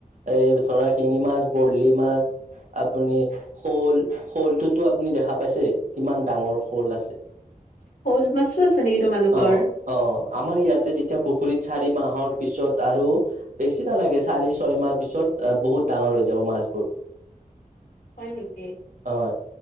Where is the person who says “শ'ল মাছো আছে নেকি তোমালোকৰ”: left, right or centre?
Left